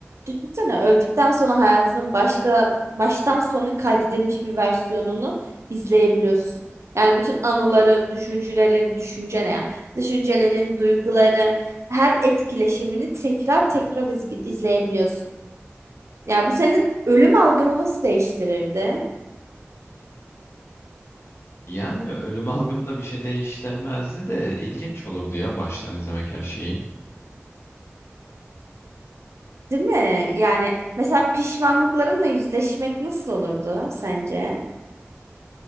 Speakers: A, on the right; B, on the left.
A: Düşünsene öldükten sonra hayatının başka baştan sona kaydedilmiş bir versiyonunu izleyebiliyorsun. Yani bütün anıların, düşüncelerin, düşünce ne ya? Düşüncelerin, duyguların, her etkileşimini tekrar tekrar izgi- izleyebiliyorsun. Ya bu senin ölüm algını nasıl değiştirirdi?
B: Yani ölüm algımda bir şey değiştirmezdi de ilginç olurdu ya baştan izlemek her şeyi.
A: Değil mi? Yani mesela pişmanlıklarınla yüzleşmek nasıl olurdu sence?